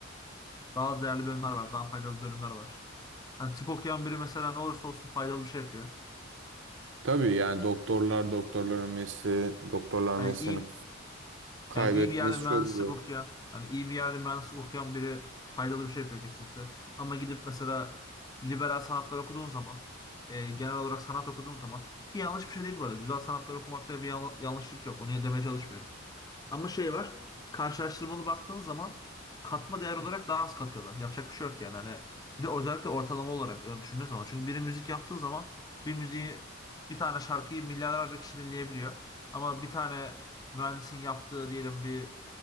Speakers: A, on the left; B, on the right.
A: Daha az değerli bölümler var, daha faydalı bölümler var. Hani tıp okuyan biri mesela ne olursa olsun faydalı bir şey yapıyor.
B: Tabii yani doktorlar doktorların mesleği doktorlar
A: Hani
B: mesleğini
A: iyi
B: kaybetmesi
A: yani iyi bir yerde mühendislik
B: çok zor.
A: okuyan, hani iyi bir yerde mühendislik okuyan biri faydalı bir şey yapıyor kesinlikle. Ama gidip mesela liberal sanatlar okuduğun zaman, e, genel olarak sanat okuduğun zaman ki yanlış bir şey değil bu arada. Güzel sanatlar okumakta bir yan- yanlışlık yok. Onu demeye çalışmıyorum. Ama şey var. Karşılaştırmalı baktığın zaman katma değer olarak daha az katıyorlar. Yapacak bir şey yok yani. Hani bir de özellikle ortalama olarak öyle düşündüğün zaman. Çünkü biri müzik yaptığı zaman bir müziği bir tane şarkıyı milyarlarca kişi dinleyebiliyor. Ama bir tane mühendisin yaptığı diyelim bir